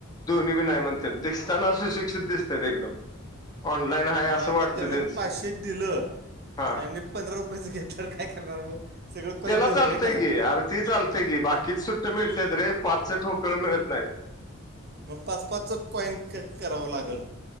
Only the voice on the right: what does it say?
मग
आता
त्यांन
पाचशे दिलं
आणि पंधरा रुपयाेचं घेतलं तर काय करणार मग सगळं कॉईन
देणार
काय त्याला
मग पाच पाच कॉईन कट करावं लागल.